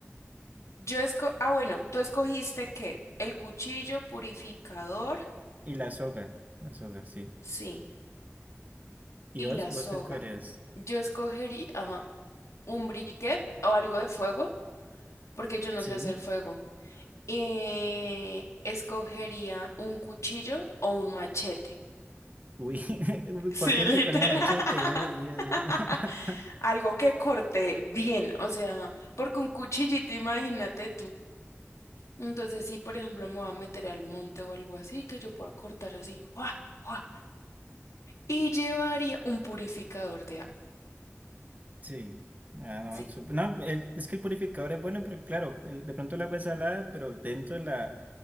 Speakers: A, on the left; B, on the right.
A: Yo esco... Ah, bueno, ¿tú escogiste qué? El cuchillo purificador,
B: Y la soga, la soga, sí.
A: sí,
B: ¿Y
A: y
B: vos?
A: la
B: ¿Vos
A: soga.
B: qué escogerías?
A: Yo escogería ah, un briquet o algo de fuego, porque yo no
B: Sí.
A: sé hacer fuego. Eh, escogería un cuchillo o un machete.
B: Uy, <laughs>
A: Sí,
B: potente
A: literal.
B: con el machete, ¿no? Dios.
A: <laughs>
B: <laughs>
A: Algo que corte bien, o sea, porque un cuchillito, imagínate Entonces, si por ejemplo me voy a meter al monte o algo así, que yo pueda cortar así, ¡guau! ¡guau! Y llevaría un purificador de agua.
B: Sí. Ah, no,
A: Sí.
B: sup- no, el- es que el purificador es bueno porque, claro, el- de pronto el agua es salada, pero dentro de la